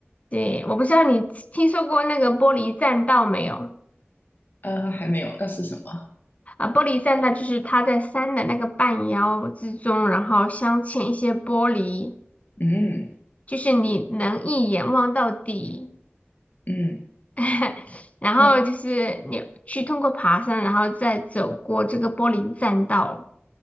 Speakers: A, on the left (about 35°); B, on the left (about 50°).
A: 对，我不知道你听说过那个玻璃栈道没有？
B: 呃，还没有，那是什么？
A: 啊，玻璃栈道就是它在山的那个半腰之中，然后镶嵌一些玻璃，
B: 嗯
A: 就是你能一眼望到底。
B: 嗯，
A: <laughs> 然后就是你去通过爬山，
B: 那
A: 然后再走过这个玻璃栈道，